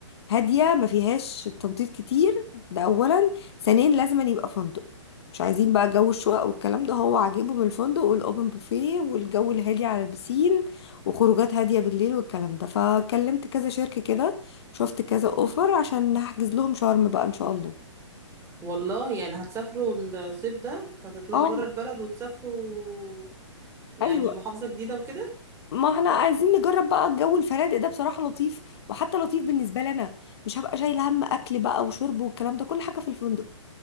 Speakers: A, on the left; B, on the right.
A: هاديه ما فيهاش تنطيط كتير ده اولا ثانيا لازم أن يبقى فندق مش عايزين بقى جو الشقق والكلام ده هو عاجبهم الفندق والاوبن بوفيه والجو الهادي على البسين وخروجات هاديه بالليل والكلام ده فكلمت كذا شركه كده شفت كذا اوفر عشان هحجز لهم شرم بقى ان شاء الله
B: والله يعني هتسافروا الصيف ده هتطلعوا
A: اه
B: بره البلد وتسافروا يعني
A: ايوه
B: محافظة جديدة وكده
A: ما احنا عايزين نجرب بقى الجو الفنادق ده بصراحة لطيف وحتى لطيف بالنسبة لنا مش هبقى شايلة هم أكل بقى وشرب والكلام ده كل حاجة في الفندق